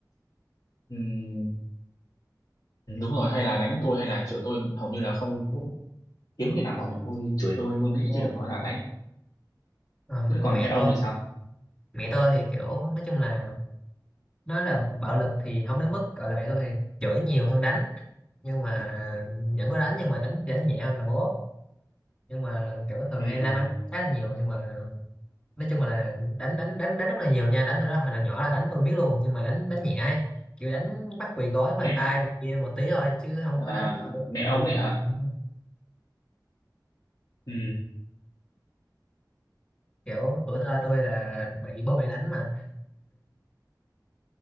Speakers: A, on the left (about 65°); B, on the left (about 15°).
A: ừm, đúng rồi hay là đánh tôi hay là chửi tôi hầu như là không hiếm khi nào mà mẹ tôi chửi tôi luôn ấy
B: đúng rồi.
A: chứ đừng nói là đánh
B: Ờ,
A: Thế còn
B: còn mẹ
A: mẹ ông
B: tôi
A: thì sao?
B: mẹ tôi thì kiểu nói chung là nói là bạo lực thì không đến mức gọi là mẹ tôi thì chửi nhiều hơn đánh nhưng mà vẫn có đánh nhưng mà đánh đánh nhẹ hơn là bố nhưng mà kiểu thường
A: Ừm,
B: hay la mắng khá là nhiều nhưng mà nói chung là đánh đánh đánh đánh rất là nhiều nha đánh tôi đó hồi là nhỏ là đánh tôi biết luôn nhưng mà đánh đánh nhẹ ấy. kiểu đánh bắt bị gói phanh
A: mẹ
B: tay này kia một tí thôi chứ không
A: à,
B: có đánh kiểu
A: mẹ
B: đùng
A: ông
B: đùng
A: ấy
B: đùng
A: hả?
B: đùng.
A: Ừ.
B: kiểu tuổi thơ tôi là bị bố mẹ đánh mà